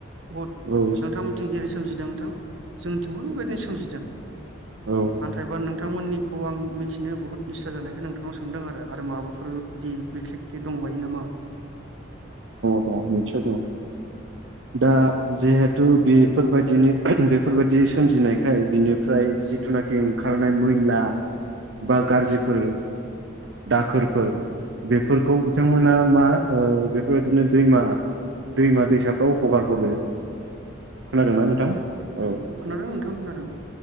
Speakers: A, on the right; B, on the right.
A: बहुद
B: औ
A: नोंथांमोनथिं जेरै सोमजिदों नोंथां जोंनिथिंबो बेबायदिनो सोमजिदों
B: औ
A: आन्थाइबा नों नोंथांमोननिखौ आं मिथिनो बहुत इस्सा जानायखाय नोंथांनाव सोंदों आरो माबाफोर बेफोरबादि बिखेक के दंबायो नामा
B: मिथिङाव दं दा जिहेथु बेफोरबायदिनो बेफोरबायदि सोमजिनायखाय बिनिफ्राय जिथुनाखि ओंखारनाय मैला बा गाज्रिफोर दाखोरफोर बेफोरखौ बिथांमोना मा ओ बेफोरबायदिनो दैमा दैमा दैसाफ्राव हगारहरो खोनादोंना नोंथां औ
A: खोनादों नोंथां खोनादों